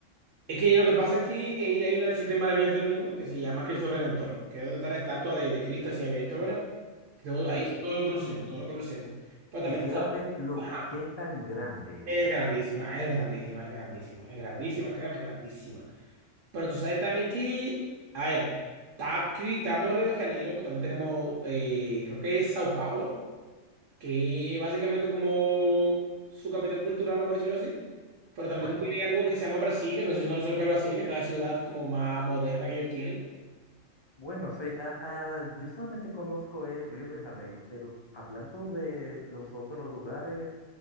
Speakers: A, on the right (about 70°); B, on the left (about 35°).
A: Es que lo que pasa es que eh, hay una de las siete maravillas del mundo que se llama Cristo Redentor, que es donde está la estatua de, de Cristo así abierto, ¿verdad? Todo, ahí
B: Sí,
A: todo lo conocemos, todo lo conocemos. Pero
B: quisiera
A: también está-
B: ver lo
A: ajá,
B: que tan grande
A: es
B: es eso.
A: grandísima, es grandísima, es grandísima, es grandísima, créeme, es grandísima. Pero tú sabes también que, a ver, está, aquí- estamos en Río de Janeiro, pues también tenemos, eh, creo que es Sao Paulo. que básicamente como su capital cultural, vamos a decirlo así. Pero también
B: Bueno.
A: tú tienes algo que se llama Brasilia, no sé si conoces lo que es Brasilia, que es la ciudad como más moderna que ellos tienen.
B: Bueno, sí, ah, ah, yo solamente conozco eh, Río de Janeiro, pero hablando de los otros lugares